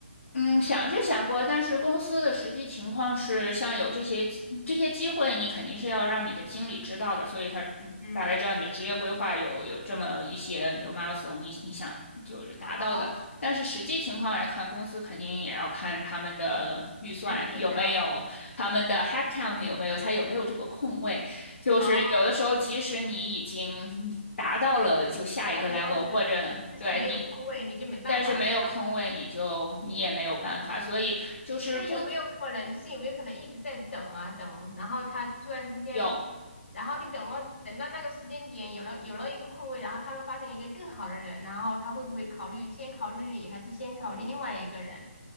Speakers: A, on the left (about 85°); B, on the left (about 65°).
A: 嗯，想是想过，但是公司的实际情况是，像有这些机这些机会，你肯定是要让你的经理知道的，所以他嗯大概知道你的职业规划有有这么一些有
B: 嗯。
A: milestone，你你想就是达到的。
B: 哦，
A: 但是实际情况来看，公司肯定也要看他们的预算有没有，
B: 整体的
A: 他们的 headcount 有没有，他有没有这个空位。就是有的时候，
B: 哦，
A: 即使你已经达到了就下一个
B: 那个标准
A: level，或者对你。
B: 就是没有空位，你就没办法。
A: 但是没有空位，你就你也没有办法，所以就是不
B: 那有没有可能，就是有没有可能一直在等啊等，然后他突然之间，
A: 有
B: 然后你等了等到那个时间点，有了有了一个空位，然后他们发现一个更好的人，然后他会不会考虑先考虑你，还是先考虑另外一个人？